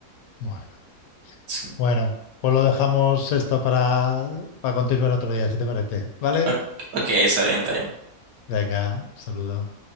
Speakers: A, on the left; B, on the right.
A: bueno.
B: Sí.
A: Bueno, pues lo dejamos esto para, para continuar otro día, si te parece. ¿Vale?
B: O- Ok, está bien, está bien.
A: Venga, saludos.